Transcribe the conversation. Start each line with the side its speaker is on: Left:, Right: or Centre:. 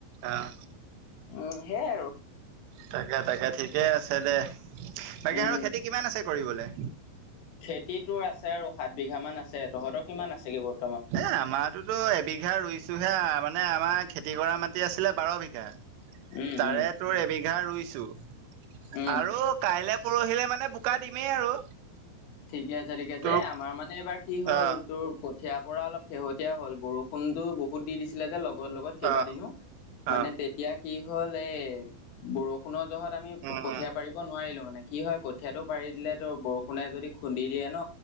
Right: অ'
Left: উম, সেইয়াই আৰু
Right: তাকে তাকে ঠিকে আছে দে। তাকে
Left: উম।
Right: আৰু খেতি কিমান আছে কৰিবলৈ?
Left: খেতিটোৰ আছে আৰু সাত বিঘা মান আছে, তহঁতৰ কিমান আছেগে বাৰু?
Right: এ আমাৰতোটো এবিঘা ৰুইছোহে, মানে আমাৰ খেতি কৰা মাটি আছিলে বাৰ বিঘা।
Left: উম,
Right: তাৰে
Left: উম,
Right: তোৰ এবিঘা ৰুইছোঁ
Left: উম।
Right: আৰু কাইলে পৰহিলে মানে বোকা দিমেই আৰু।
Left: ঠিকে আছে ঠিকে আছে।
Right: তোক
Left: এ আমাৰ মানে এইবাৰ কি হ'ল
Right: অ
Left: তোৰ ক ঠিয়া পৰা অলপ শেহতীয়া হ'ল, বৰষুণতো বহুত দি দিছিলে যে লগ গত লগত কেইবাদিনো
Right: অ
Left: মানে
Right: অ
Left: তেতিয়া কি হ'ল এই বৰষুণৰ জহত তাত আমি
Right: উম
Left: কঠীয়া
Right: উম
Left: পাৰিব নোৱাৰিলো, মানে কি হয় কঠীয়াটো পাৰি দিলে তো বৰষুণে যদি খুন্দি দিয়ে ন